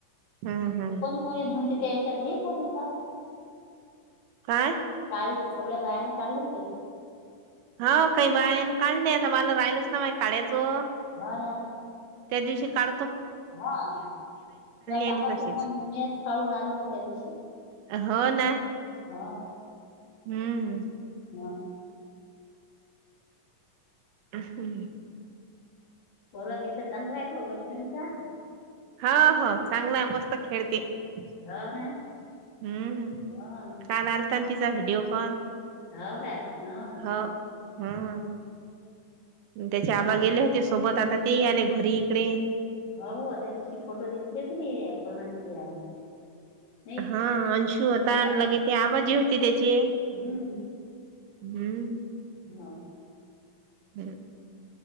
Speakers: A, on the right; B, on the left.
A: हम्म हम्म
B: कोणी कोणी म्हणते याच्यात हे बलूता
A: काय
B: काल सगळ्या बायान काज कती
A: हो काही बाईण काढली आता मला राहिलच ना मा काढायचं
B: हा ना
A: त्या दिवशी का
B: हा ते्हा सांगत
A: आली तशीच
B: मग मेस काढून आली मग त्या दिवशी
A: हो ना
B: हा
A: हम्म.
B: ह
A: अ हम
B: परवागिंत चंगलायत वैष्णवीसा
A: ह हा चांगला आहे मस्त खेळते हम्म
B: हो ना हा
A: काल आलता आणि तिचा व्हिडीिओ कॉल
B: हो का हम
A: हो हम्म त्याचे आबा गेले होते सोबत आता ते आले घरी इकडे
B: हो त्या दिवशी फोटो दिसलेत र कोणाचे ते नाही
A: हा अंशू होता आणि
B: अं-
A: लगे ते आवाजी होती त्याचे हम्म
B: हम्म होा
A: हम्